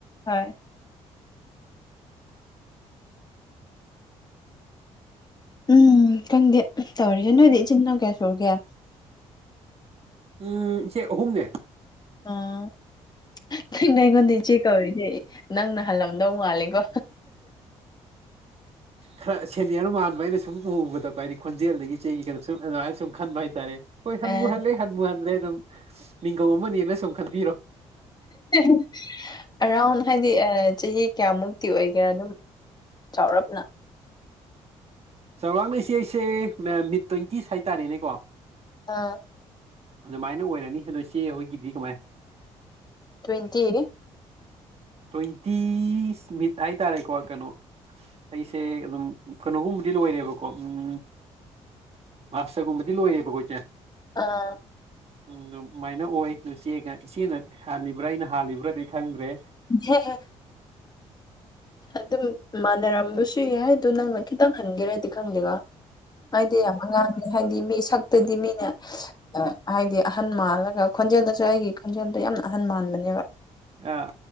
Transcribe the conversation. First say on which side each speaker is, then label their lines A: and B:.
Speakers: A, on the left; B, on the right.
A: ꯍꫭꯏ ꯎꯝ ꯈꯪꯗꯦ ꯇꯧꯔꯤꯁꯦ ꯅꯣꯏꯗꯤ ꯏꯆꯤꯟꯜꯅꯥꯎ ꯀꯌꯥ ꯁꯨꯔꯒꯦ
B: ꯎꯝ ꯏꯆꯦ ꯑꯍꯨꯝꯅꯦ
A: ꯑꫭ ꯀꯩꯅꫭ ꯑꯩꯉꯣꯟꯗ ꯏꯆꯦ ꯀꯧꯔꯤꯁꯦ ꯅꯪꯅ ꯍꯜꯂꯝꯗꯧ ꯃꯥꯜꯂꯦꯀꯣ
B: ꯈꯔ ꯁꯦꯅꯤꯌꯔ ꯃꯥꯟꯕ ꯑꯩꯅ ꯁꯨꯝ ꯎꯕꯗ ꯀꫭ ꯍꯥꯏꯗꯤ ꯈꯣꯟꯖꯦꯜꯗꯒꯤ ꯆꯩꯒꯤ ꯀꯩꯅꯣ ꯁꯨꯝ ꯑꯗꯨꯃꯥꯏꯅ ꯁꯨꯝ ꯈꯟꯕ ꯍꯥꯏꯇꯥꯔꯦ ꯍꯣꯏ ꯍꯟꯕꯨꯨ
A: ꯑꯥ
B: ꯍꯜꯂꯦ ꯍꯟꯕꯨ ꯍꯟꯗ꯭ꯔꯦ ꯑꯗꯨꯝ ꯃꯤꯡꯒꯧ ꯑꯃꯅꯦꯅ ꯁꯨꯝ ꯈꯟꯕꯤꯔꯣ
A: <inaudible> ꯑꯔꯥꯎꯟ ꯍꯥꯏꯗꯤ ꯑꯥ ꯆꯍꯤ ꯀꯌꯥꯃꯨꯛꯇꯤ ꯑꯣꯏꯒꯦꯔꯥ ꯑꯗꯨꯝ ꯆꯥꯎꯔꯞꯅ
B: ꯆꯥꯎꯔꯞꯅ ꯏꯁꯦ ꯏꯁꯦ ꯃꯌꯥꯝ ꯃꯤꯠ ꯇ꯭ꯋꯦꯟꯇꯤꯁ ꯍꯥꯏꯇꯥꯔꯦꯅꯦꯀꯣ
A: ꯑꯥ
B: ꯑꯗꯨꯃꯥꯏꯅ ꯑꯣꯏꯔꯅꯤ ꯑꯗꯣ ꯏꯆꯦ ꯍꯣꯏꯒꯤꯗꯤ ꯀꯃꯥꯏ
A: ꯇ꯭ꯋꯦꯟꯇꯤ
B: ꯇ꯭ꯋꯦꯟꯇꯤꯁ ꯃꯤꯠ ꯍꯥꯏꯇꯥꯔꯦꯀꯣ ꯀꯩꯅꯣ ꯑꯩꯁꯦ ꯑꯗꯨꯝ ꯀꯩꯅꯣꯒꯨꯝꯕꯗꯤ ꯂꯣꯏꯔꯦꯕꯀꯣ ꯎꯝ ꯃꯥꯁꯇꯔꯒꯨꯝꯕꯗꯤ ꯂꯣꯏꯔꯦꯕꯀꯣ ꯏꯆꯦ
A: ꯑꯥ
B: ꯎꯝ ꯑꯗꯨꯃꯥꯏꯅ ꯑꯣꯏ ꯏꯆꯦꯒꯥ ꯏꯆꯦꯅ ꯍꯥꯜꯂꯤꯕ꯭ꯔꯥ ꯑꯩꯅ ꯍꯥꯜꯂꯤꯕ꯭ꯔꯥꯗꯤ ꯈꯪꯗ꯭ꯔꯦ
A: ꯏ ꯍꯦ ꯍꯦ ꯑꯗꯨꯝ ꯃꯥꯟꯅꯔꯝꯕꯁꯨ ꯌꯥꯏ ꯑꯗꯨ ꯅꯪꯅ ꯈꯤꯇꯪ ꯍꯟꯒꯦꯔꯗꯤ ꯈꯪꯗꯦꯕꯥ ꯑꯩꯗꯤ ꯌꯥꯝ ꯑꯉꯥꯡꯅꯤ ꯍꯥꯏꯗꯤ ꯃꯤ ꯁꯛꯇꯗꯤ ꯃꯤꯅ ꯑꯥ ꯍꯥꯏꯗꯤ ꯑꯍꯥꯟ ꯃꯥꯜꯂꯒ ꯈꯣꯟꯖꯦꯜꯗꯁꯨ ꯑꯩꯒꯤ ꯈꯣꯟꯖꯦꯜꯗꯣ ꯌꯥꯝꯅ ꯑꯍꯥꯟ ꯃꯥꯟꯕꯅꯦꯕ
B: ꯑꯥ